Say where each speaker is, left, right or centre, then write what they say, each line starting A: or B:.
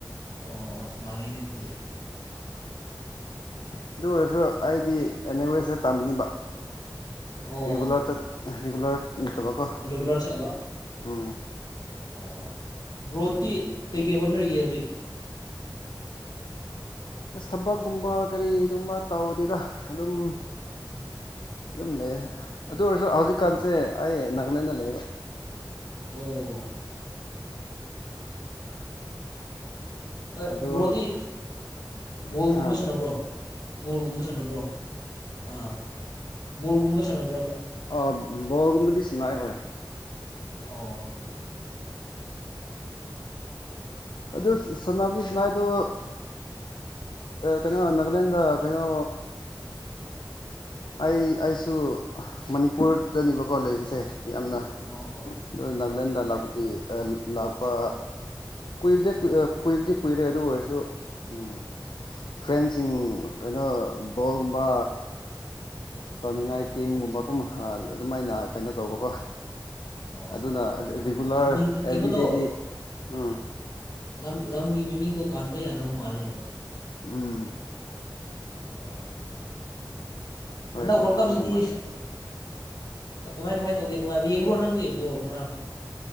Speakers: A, on the left (about 55°); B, on the left (about 75°).
A: ꯑꯣ ꯑꯁ ꯃꯥꯟꯅꯅꯦ ꯑꯗꯨꯗꯤ
B: ꯑꯗꯨ ꯑꯣꯏꯔꯁꯨ ꯑꯩꯗꯤ ꯑꯦꯅꯤ ꯋꯦꯁꯇ ꯇꯝꯅꯤꯡꯕ
A: ꯑꯣ
B: ꯔꯔꯤꯒꯨꯂꯔ ꯆ ꯔꯤꯒꯨꯂꯔ ꯅꯠꯇꯕꯀꯣ
A: ꯔꯤꯒꯨꯂꯔ ꯆꯠꯇꯕ
B: ꯎ ꯎꯝ
A: ꯑꯣ ꯣꯗꯤ ꯀꯩꯀꯩ ꯍꯣꯠꯅꯔꯤꯒꯦ ꯍꯧꯖꯤꯛ
B: ꯑꯁ ꯊꯕꯛꯀꯨꯝꯕ ꯀꯔꯤꯒꯨꯝꯕ ꯇꯧꯗꯗ ꯑꯗꯨꯝ ꯑꯗꯨꯝ ꯂꯩ ꯑꯗꯨ ꯑꯣꯏꯔꯁꯨ ꯍꯧꯖꯤꯛꯀꯥꯟꯁꯦ
A: ꯑꯣ
B: ꯑꯩ ꯅꯥꯒꯥꯂꯦꯟꯗ ꯂꯩꯌꯦꯕ
A: ꯑꯣ ꯑꯣ
B: ꯑꯗꯣ
A: ꯕ꯭ꯔꯣꯗꯤ ꯕꯣꯜꯒꯨꯝꯕ
B: ꯍꯥ
A: ꯁꯥꯟꯅꯕ꯭ꯔꯣ ꯕꯣꯜꯒꯨꯝꯕ ꯁꯥꯟꯅꯕ꯭ꯔꯣ ꯑꯥ ꯕꯣꯜꯒꯨꯝꯕ ꯁꯥꯟꯅꯕ꯭ꯔꯕ
B: ꯑꯣꯜꯒꯕꯗꯤ ꯁꯅꯥꯏ ꯍ
A: ꯑꯣ
B: ꯑꯗꯨ ꯁꯝꯗꯤ ꯁꯅꯥꯗꯣ ꯀꯩꯅꯣ ꯅꯒꯂꯦꯟꯗ ꯀꯩꯅꯣ
A: <inaudible>
B: ꯑꯩ ꯑꯩꯁꯨ ꯃꯅꯤꯄꯨꯔꯗꯅꯦꯕꯀꯣ ꯂꯩꯕꯁꯦ ꯌꯥꯝꯅ
A: ꯑꯣ
B: ꯑꯗꯨ ꯅꯥꯒꯥꯂꯦꯟꯗ ꯂꯥꯛꯄꯗꯤ ꯂꯥꯛꯄ ꯀꯨꯏꯕꯗꯤ ꯀꯨꯏꯕꯗꯤ ꯀꯨꯏꯔꯦ ꯑꯗꯨ ꯑꯣꯏꯔꯁꯨ ꯎꯝ ꯐ꯭ꯔꯦꯟꯁꯤꯡ ꯀꯩꯅꯣ ꯕꯣꯜꯒꯨꯝꯕ ꯇꯧꯅꯤꯡꯉꯥꯏ ꯇꯤꯝꯒꯨꯝꯕꯒꯨꯝ ꯑꯗꯨꯃꯥꯏꯅ ꯀꯩꯅꯣ ꯇꯧꯕꯀꯣ
A: ꯑꯣ
B: ꯑꯗꯨꯅ ꯔꯤꯒꯨꯂꯔ
A: ꯃꯤꯡ
B: ꯑꯦꯕ꯭ꯔꯤꯗꯦꯗꯤ
A: ꯀꯩꯅꯣꯗꯣ
B: ꯎꯝ
A: ꯂꯝ ꯂꯝꯒꯤ ꯃꯤꯃꯤꯡꯗꯣ ꯄꯥꯟꯕ ꯌꯥꯗꯕ ꯃꯥꯜꯂꯤꯅꯦ
B: ꯎꯝ
A: ꯑ
B: ꯍꯣꯏ
A: ꯍꯟꯗꯛ
B: ꯑꯗꯨ
A: ꯋꯥꯔꯜ
B: ꯑꯗꯨꯒꯤ
A: ꯀꯞꯁꯤꯗꯤ
B: ꯃꯥꯜꯂꯦ
A: ꯀꯃꯥꯏ ꯀꯃꯥꯏ ꯇꯧꯒꯦ ꯅꯨꯡꯉꯥꯏꯕ ꯌꯦꯡꯕ꯭ꯔꯣ ꯅꯪꯗꯤ ꯕꯣꯜ ꯉꯔꯥꯡ